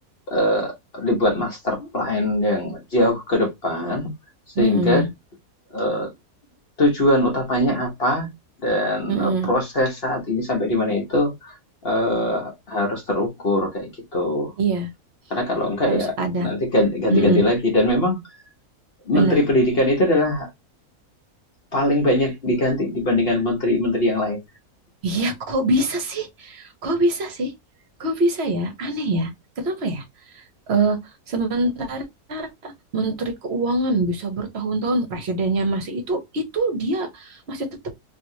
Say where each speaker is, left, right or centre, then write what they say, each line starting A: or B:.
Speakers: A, on the left; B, on the right.
A: eee, dibuat master plan yang jauh ke depan, sehingga,
B: mm,
A: eee, tujuan utamanya apa, dan,
B: mm, mm.
A: eee, proses saat ini sampai di mana itu, eee, harus terukur, kayak gitu.
B: Iya,
A: Karena kalau enggak
B: harus
A: ya
B: ada.
A: nanti ganti-ganti
B: Mm-mm.
A: lagi dan memang menteri
B: Bener.
A: pendidikan itu adalah paling banyak diganti dibandingkan menteri-menteri yang lain.
B: Iya, kok bisa sih? Kok bisa sih? Kok bisa ya? Aneh ya. Kenapa ya? Eh, sementara Menteri Keuangan bisa bertahun-tahun presidennya masih itu, itu dia masih tetap